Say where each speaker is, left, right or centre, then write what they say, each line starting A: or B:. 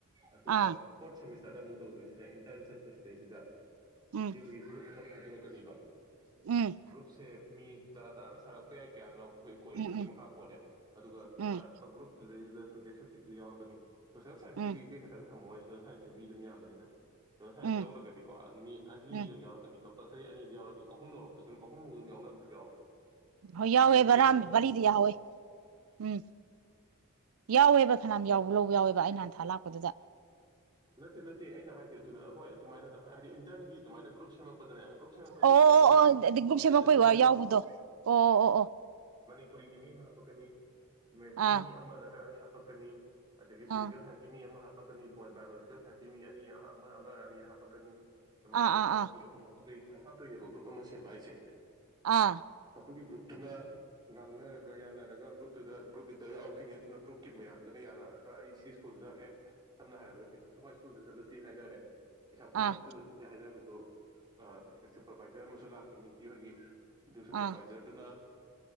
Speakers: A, on the right (about 20°); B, on the right (about 75°).
A: ꯑꯗꯨ
B: ꯑꯥ
A: ꯀ ꯄꯣꯠꯁꯁ ꯆꯗ ꯑꯃꯨꯛ ꯇꯧꯗꯣꯏꯁꯤꯅ ꯏꯟꯇꯔꯟ ꯆꯠꯄꯁꯤꯗꯩꯁꯤꯗ
B: ꯎꯝ
A: ꯍ ꯭ꯔꯨ ꯈꯥꯏꯗꯣꯔꯛꯀꯅꯤꯕ
B: ꯎꯝ
A: ꯭ꯔꯨꯨꯞꯁꯦ ꯃꯤ ꯇꯔꯥ ꯇꯔꯥꯅ ꯁꯥꯔꯛꯄ ꯌꯥꯏ ꯀꯌꯥꯅꯣ ꯑꯩꯈꯣꯏ ꯀꯣꯂꯦꯖꯇꯨꯒꯤ
B: ꯎꯝ
A: ꯃꯈꯥ ꯄꯣꯜꯂꯦ ꯑꯗꯨꯒ
B: ꯎꯝ
A: ꯁꯥꯔꯛꯄ ꯒ꯭ꯔꯨꯞꯇꯨꯗꯩꯗꯨꯗ ꯁꯞꯖꯦꯛ ꯖꯤꯤ ꯌꯥꯎꯔꯛꯀꯅꯤ ꯁꯣꯁꯦꯜ ꯁꯥꯏꯟꯁꯀꯤꯗꯤ
B: ꯎꯝ
A: ꯏꯦ ꯈꯤꯛꯇꯪ ꯊꯝꯃꯣꯏ ꯊꯥꯏ ꯁꯦ ꯃꯤ ꯑꯗꯨꯝ ꯌꯥꯝꯕꯅꯤꯅ ꯁꯣꯁꯦꯜ ꯁꯥꯏꯟꯁ
B: ꯎꯝ
A: ꯂꯧꯔꯒꯗꯤꯀꯣ ꯃꯤ ꯑꯅꯤ
B: ꯎꯝ
A: ꯑꯗꯨꯝ ꯌꯥꯎꯔꯛꯀꯅꯤ ꯀ ꯀꯝꯜꯁꯔꯤ ꯑꯅꯤꯗꯤ ꯌꯥꯎꯔꯅꯤ ꯑꯍꯨꯝ ꯂꯧꯔꯛꯄꯁꯨ ꯑꯗꯨ ꯑꯍꯃꯥꯎ ꯑꯗꯨꯝ ꯌꯥꯎꯅꯕꯁꯨ ꯌꯥꯎꯕꯅꯦ
B: ꯍꯣꯏ
A: ꯃꯤ
B: ꯌꯥꯎꯋꯦ
A: ꯑꯅꯤ
B: ꯚꯥꯔꯥ꯫
A: ꯅꯠꯇ꯭ꯔ
B: ꯆꯥꯝ
A: ꯑꯍꯨꯝ
B: ꯕꯥꯔꯤꯗꯤ ꯌꯥꯎꯍꯧꯋꯦ ꯎꯝ ꯌꯥꯎꯋꯦꯕ ꯐꯅꯥꯝ ꯌꯥꯎꯕ ꯂꯧꯕ ꯌꯥꯎꯋꯦꯕ ꯑꯩ ꯅꯍꯥꯟꯊꯥ ꯂꯥꯛꯄ꯫ ꯗꯨꯗ꯫
A: ꯅꯠꯇꯦ ꯅꯠꯇꯦ ꯑꯩꯅ ꯍꯥꯏꯁꯦ꯫ ꯑꯗꯨꯅ ꯍꯣꯏ ꯑꯗꯨꯃꯥꯏꯅ ꯇ-ꯍꯥꯏꯗꯤ ꯏꯟꯇ꯭ꯔꯟꯒꯤ ꯑꯗꯨꯃꯥꯏꯅ ꯒ꯭ꯔꯨꯞ ꯁꯦꯝꯃꯛꯄꯗꯅꯦ ꯒ꯭ꯔꯨꯞ ꯁꯦꯝꯃꯛꯄ ꯍꯥꯏꯁꯦ
B: ꯑꯣ ꯑꯣ
A: ꯒ꯭ꯔꯨꯞ
B: ꯑꯣ
A: ꯑꯅ
B: ꯑꯣ ꯑꯗꯤ ꯒ꯭ꯔꯨꯞ
A: ꯄꯪꯁꯦꯝꯗ
B: ꯁꯦꯝꯃꯛꯄꯩ
A: ꯁꯦꯝꯃꯣꯏꯕ
B: ꯋꯥ ꯌꯥꯎꯕꯗꯣ ꯑꯣ ꯑꯣ ꯑꯣ ꯑꯣ꯫
A: ꯄꯨꯔꯤꯒꯤ ꯃꯤ ꯑꯃ ꯍꯥꯞꯄꯛꯀꯅꯤ꯫ ꯃꯦꯠꯁꯀꯤ
B: ꯑꯥ
A: ꯃꯤ ꯑꯃ ꯅꯠꯇ꯭ꯔ ꯑꯅꯤ ꯍꯥꯞ ꯄꯀꯅꯤ꯫ ꯑꯗꯒꯤ ꯐꯤꯖꯤꯀꯦꯜ
B: ꯑꯥ
A: ꯁꯥꯏꯟꯁꯀꯤ ꯃꯤ ꯑꯃ ꯍꯥꯞ ꯄꯛꯀꯅꯤ ꯕꯣꯠ ꯕꯥꯌꯣꯂꯣꯖꯤ꯫ ꯀꯦꯜ ꯁꯥꯏꯟꯁꯀꯤ ꯃꯤ ꯑꯅꯤ ꯑꯃ ꯑꯃꯔ ꯑꯅꯤꯔ ꯍꯥꯞꯄꯛꯀꯅꯤ꯫ ꯑꯃꯥꯏ
B: ꯑꯥ
A: ꯁꯣꯁꯦꯜ ꯁꯥꯏꯟꯁꯀꯤ
B: ꯑꯥ
A: ꯃꯤ ꯑꯍꯨꯝ ꯍꯥꯄꯛ ꯀꯩ ꯑꯗꯨꯃꯥꯏꯅ ꯍꯥꯞꯇꯣꯏꯅꯦꯕ ꯒ꯭ꯔꯨꯞ ꯑꯃ ꯁꯦꯝꯕ ꯍꯥꯏꯁꯦ꯫
B: ꯑꯥ꯫
A: ꯑꯗꯨꯒꯤ ꯒ꯭ꯔꯨꯞꯇꯨꯅ ꯉꯥꯡꯅꯔꯒ ꯌꯥꯅꯔꯒ ꯒ꯭ꯔꯨꯞꯇꯨꯗ ꯒ꯭ꯔꯨꯞ ꯂꯤꯗꯔ ꯌꯥꯎꯔꯛꯈꯤꯅꯤ ꯑꯗꯨꯅ ꯒ꯭ꯔꯨꯞꯀꯤ ꯃꯌꯥꯝꯗꯨꯅ ꯌꯥꯅꯔꯒ ꯑꯩ ꯁꯤ ꯁ꯭ꯀꯨꯜꯗ ꯑꯦ ꯁꯝꯅ ꯍꯥꯏꯔꯕꯗ ꯀꯩꯁꯥꯝ ꯊꯣꯡ ꯍꯥꯏꯁ꯭ꯀꯨꯜꯗ ꯆꯠꯂꯁꯤ ꯍꯥꯏꯅꯔꯦ꯫ ꯀꯩꯁꯥꯝꯊꯣꯡ
B: ꯑꯥ
A: ꯍꯥꯏꯁ꯭ꯀꯨꯜꯗ ꯆꯠꯁꯤ ꯍꯥꯏꯅꯕ꯫ ꯑꯗꯣ ꯑ-ꯁꯨꯄꯔꯚꯥꯏꯖꯔ ꯑꯃꯁꯨ ꯂꯥꯛꯈꯤꯅꯤ ꯏꯆꯦ ꯍꯣꯏꯒꯤ꯫ ꯑꯗꯨ ꯁꯨꯄꯔꯚꯥꯏꯖꯔꯗꯨꯅ꯫
B: ꯑꯥ